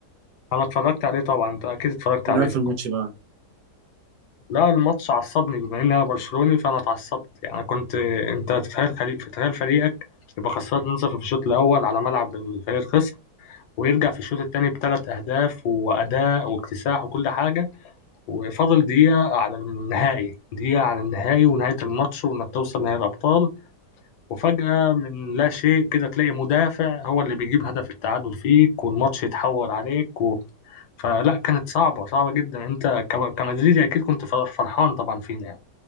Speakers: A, on the left; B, on the right.
A: انا اتفرجت عليه طبعا انت اكيد اتفرجت
B: إيه
A: عليه
B: رأيك
A: صح
B: في الماتش بقى؟
A: لا الماتش عصبني بما اني انا برشلوني فانا اتعصبت يعني كنت انت تتخيل فريق تتخيل فريقك يبقى خسران 2-0 في الشوط الاول على ملعب الفريق الخصم ويرجع في الشوط الثاني بثلاث اهداف واداء واكتساح وكل حاجه وفاضل دقيقه على النهائي دقيقه على النهائي ونهايه الماتش وانك توصل نهائي الابطال وفجأة من لا شيء كده تلاقي مدافع هو اللي بيجيب هدف التعادل فيك والماتش يتحول عليك فلا كانت صعبة صعبة جدا انت ك- كمدريدي اكيد كنت فر- فرحان طبعا فينا يعني